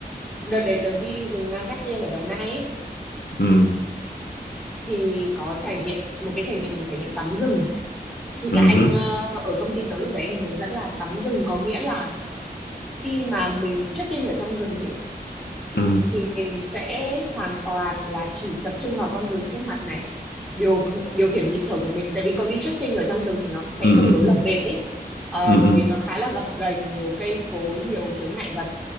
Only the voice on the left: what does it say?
ừ
ừ
hứ,
ừ
ừ
ừ
ừ